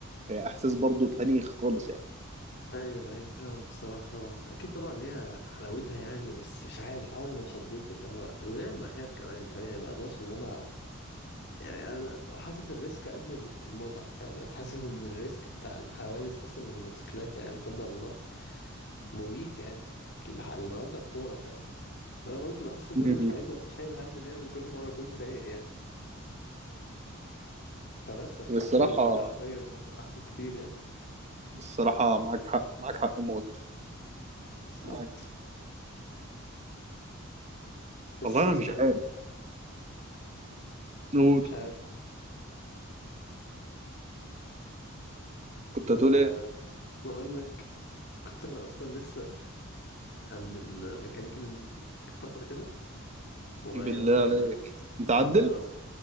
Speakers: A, on the right (about 35°); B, on the left (about 55°).
A: فهي احساس برضو تاني خالص يعني
B: أيوه أيوه فاهمك بصراحة طبعا أكيد طبعا ليها حلاوتها يعني بس مش عارف عمري ما اتشديت اللي هو ودايما بخاف كمان فاهم يعني ما أقدرش إن أنا يعني انا حاطط الريسك قبل ال- المتعه فاهم يعني حاسس ان الريسك بتاع الحوادث مثلا الموتوسيكلات يعني لا قدر الله مميت يعني الح- الغلطه بفوره فاهم ما انا برضو بحس ان
A: مم.
B: انا مش عايز ابقى شايل هم دايما كل مره اكون سايق يعني فبس عشان
A: الصراحه
B: كده بالنسبه لي عربيه احسن كتير يعني
A: الصراحه معاك حق معاك حق موت
B: بالظبط
A: معاك
B: بس
A: والله انا
B: اسمه
A: مش عارف
B: ايه ده
A: نقول
B: مش عارف يعني
A: كنت
B: أه
A: هتقول ايه
B: بقول لك كنت انا اصلا لسه عند الميكانيكي من فتره كده وغيرت
A: بالله عليك متعدل
B: اه